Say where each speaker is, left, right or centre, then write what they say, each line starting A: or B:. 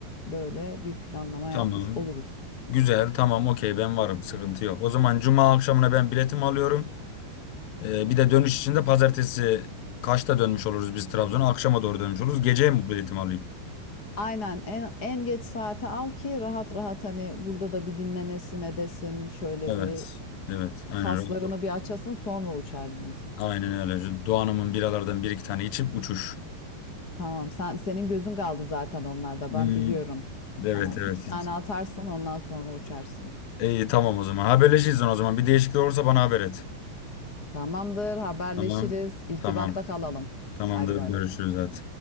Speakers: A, on the left; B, on the left.
A: Böyle bir planlama
B: Tamam.
A: yapmış oluruz.
B: Güzel, tamam, okey, ben varım, sıkıntı yok. O zaman cuma akşamına ben biletimi alıyorum. Ee, bir de dönüş için de pazartesi kaçta dönmüş oluruz biz Trabzon'a? Akşama doğru dönmüş oluruz. Geceye mi biletimi alayım?
A: Aynen en, en geç saate al ki rahat rahat hani burada da bir dinlenesin edesin. Şöyle
B: Evet,
A: bir
B: evet, aynen
A: kaslarını
B: öyle.
A: bir açasın sonra uçağa binesin.
B: Aynen öyle. Doğan'ımın biralardan bir iki tane içip uçuş.
A: Tamam sen senin gözün kaldı zaten onlarda
B: Hmm,
A: ben biliyorum.
B: Evet,
A: Anam
B: evet.
A: iki tane
B: hiç-
A: atarsın ondan sonra uçarsın.
B: İyi, tamam o zaman. Haberleşiriz o zaman. Bir değişiklik olursa bana haber et.
A: Tamamdır, haberleşiriz.
B: Tamam,
A: İrtibatta
B: tamam.
A: kalalım.
B: Tamamdır,
A: Hadi bay
B: görüşürüz
A: bay.
B: hadi.